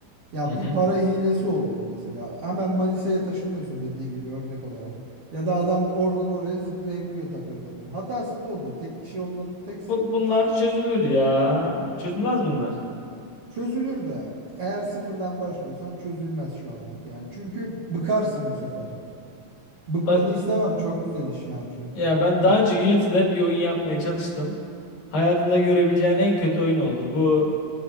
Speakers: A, on the right; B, on the left.
A: Ya
B: Hı hı.
A: bir para hilesi oluyor mesela. Hemen Manisa'ya taşınıyorsun dediğin gibi örnek olarak. Ya da adam oradan oraya zıplayabiliyor takır takır. Hatası bu oluyor. Tek kişi olmanın tek
B: Bu- bunlar çözülür ya. Çözülmez bunlar.
A: çözülür de eğer sıfırdan başlıyorsan çözülmez şu anlık yani. Çünkü bıkarsın bu sefer. Bıkmanı
B: Bak
A: istemem. Çok güzel iş yani çünkü.
B: ya ben daha
A: Evet,
B: önce Unity'de bir oyun yapmaya çalıştım. Hayatında görebileceğin en kötü oyun oldu. Bu